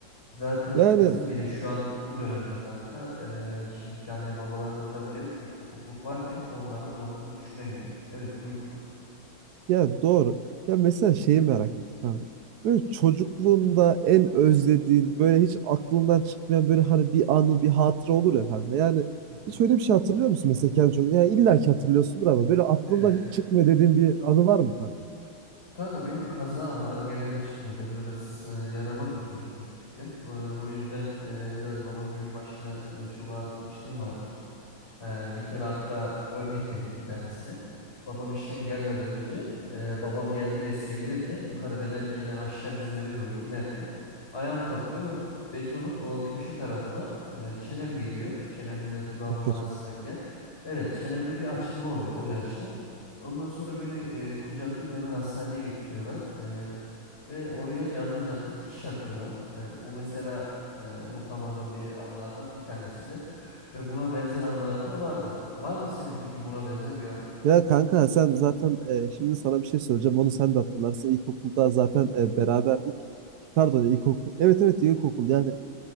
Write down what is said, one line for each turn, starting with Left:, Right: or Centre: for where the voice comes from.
Left: Zaten
Right: Yani
Left: bizim bile şu an bu dönemde kanka e, şimdiki anne babalarımızda bile bir kopukluk varken onları bu noktada düşünemiyorum. Evet buyur kanka.
Right: Ya doğru. Ya mesela şeyi merak ettim kanka. Böyle çocukluğunda en özlediğin, böyle hiç aklından çıkmayan böyle hani bir anı, bir hatıra olur ya kanka. Yani
Left: Hı hı.
Right: hiç öyle bir şey hatırlıyor musun mesela kendi çocukluğunda? Yani illa ki hatırlıyorsundur ama böyle aklından
Left: Evet.
Right: hiç çıkmıyor dediğin bir anı var mı kanka?
Left: Kanka benim kaza anılarım genelde çıkmıyor. Ben biraz e, yaramaz bir çocuktum küçükken. E, o yüzden e, biraz babam gülün başını e, çok ağrıtmışlığım vardır. Ee, bir kere hatta örnek vereyim bir tanesini. Babam işten gelmeden önce e, babam geldi diye sevinirken yukarı dedemgilden aşağı bizim eve doğru inerken ayağım takılıyor ve betonun o köşe tarafına e, çenem geliyor. Çenemle dudağımın
Right: Çok kötü.
Left: arasındaki yer. Evet çenemde bir açılma oluyor o yaşta. Ondan sonra beni e, kucaklayıp hemen hastaneye getiriyorlar. E, ve oraya canlı canlı dikiş atıyorlar. E, bu mesela e, unutamadığım bir anlardan bir tanesidir. Ve buna benzer anılarım da vardır. Var mı senin peki buna benzer bir anın?
Right: Ya kanka sen zaten e, şimdi sana bir şey söyleyeceğim. Onu sen de hatırlarsın. İlkokulda zaten e, beraberdik. Pardon ilkokul. Evet evet ilkokul. Yani